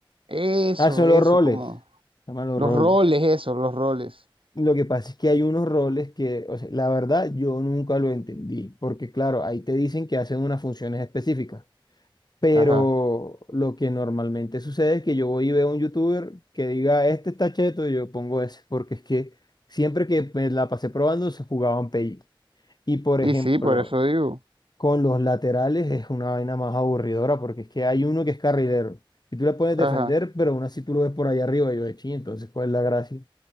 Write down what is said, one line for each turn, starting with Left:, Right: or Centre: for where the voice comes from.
Right: eso,
Left: Ah, son
Right: eso,
Left: los roles.
Right: como
Left: Llaman los
Right: los
Left: roles.
Right: roles, eso, los roles.
Left: Lo que pasa es que hay unos roles que, o sea, la verdad, yo nunca lo entendí, porque claro, ahí te dicen que hacen unas funciones específicas, pero
Right: Ajá.
Left: lo que normalmente sucede es que yo voy y veo a un youtuber que diga, este está cheto, y yo pongo ese, porque es que siempre que me la pasé probando se jugaban PI. Y por
Right: Y
Left: ejemplo,
Right: sí, por eso digo.
Left: con los laterales es una vaina más aburridora, porque es que hay uno que es carrilero, y tú le pones
Right: Ajá.
Left: defender, pero aún así tú lo ves por ahí arriba, y yo de ching, entonces, ¿cuál es la gracia?